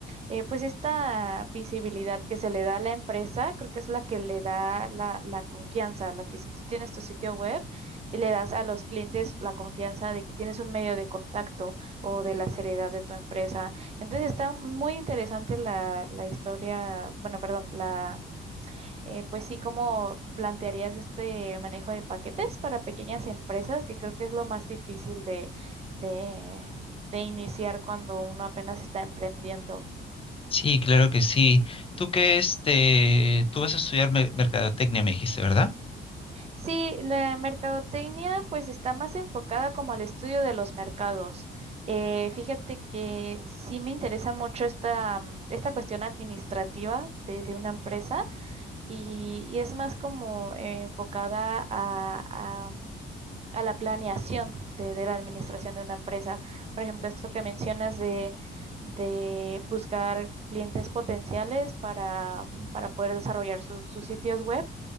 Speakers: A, on the right (about 30°); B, on the left (about 30°).
A: eh, pues esta visibilidad que se le da a la empresa, creo que es la que le da la, la confianza, la que si tú tienes tu sitio web y le das a los clientes la confianza de que tienes un medio de contacto o de la seriedad de tu empresa. Entonces está muy interesante la, la historia, bueno, perdón, la, eh, pues sí, cómo plantearías este manejo de paquetes para pequeñas empresas, que creo que es lo más difícil de, de, de iniciar cuando uno apenas está emprendiendo.
B: Sí, claro que sí. Tú que este, tú vas a estudiar mer- mercadotecnia, me dijiste, ¿verdad?
A: Sí, la mercadotecnia pues está más enfocada como al estudio de los mercados. Eh, fíjate que sí me interesa mucho esta, mm, esta cuestión administrativa de, de una empresa y, y es más como eh, enfocada a, a- a la planeación de, de la administración de una empresa. Por ejemplo, esto que mencionas de, de buscar clientes potenciales para, para poder desarrollar sus sus sitios web,